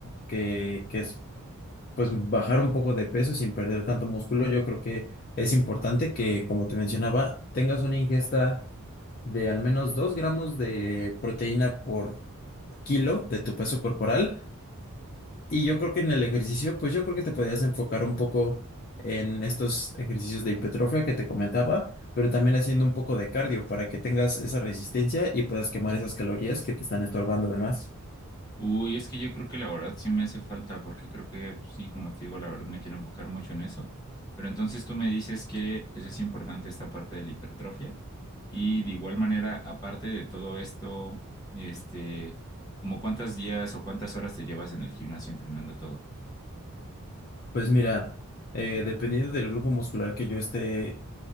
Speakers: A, on the left (about 40°); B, on the left (about 15°).
A: que, que es, pues, bajar un poco de peso sin perder tanto músculo, yo creo que es importante que, como te mencionaba, tengas una ingesta de al menos 2 gramos de proteína por kilo de tu peso corporal y yo creo que en el ejercicio, pues yo creo que te podías enfocar un poco en estos ejercicios de hipertrofia que te comentaba, pero también haciendo un poco de cardio para que tengas esa resistencia y puedas quemar esas calorías que te están estorbando además.
B: Uy, es que yo creo que la verdad sí me hace falta, porque creo que pues, sí, como te digo, la verdad me quiero enfocar mucho en eso. Pero entonces tú me dices que pues, es importante esta parte de la hipertrofia. Y de igual manera, aparte de todo esto, este, como cuántos días o cuántas horas te llevas en el gimnasio entrenando todo.
A: Pues mira, eh, dependiendo del grupo muscular que yo esté